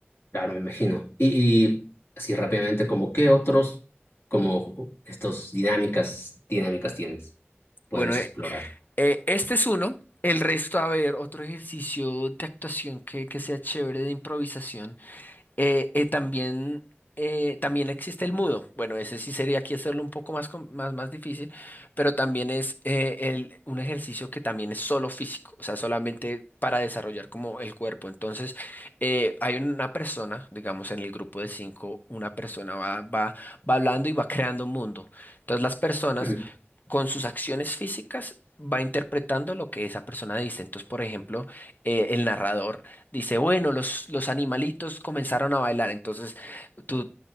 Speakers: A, on the left (about 70°); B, on the left (about 45°).
A: claro, me imagino. Y, y así rápidamente, como qué otros, como estos dinámicas, dinámicas tienes, podemos
B: Bueno, eh,
A: explorar.
B: eh, este es uno. El resto, a ver, otro ejercicio de actuación que, que sea chévere de improvisación. Eh, eh, también, eh, también existe el mudo. Bueno, ese sí sería aquí hacerlo un poco más, com- más, más difícil, pero también es eh, el- un ejercicio que también es solo físico, o sea, solamente para desarrollar como el cuerpo. Entonces, eh, hay una persona, digamos, en el grupo de cinco, una persona va, va, va hablando y va creando un mundo. Entonces, las personas
A: Mm.
B: con sus acciones físicas va interpretando lo que esa persona dice. Entonces, por ejemplo, eh, el narrador dice, bueno, los, los animalitos comenzaron a bailar, entonces tú...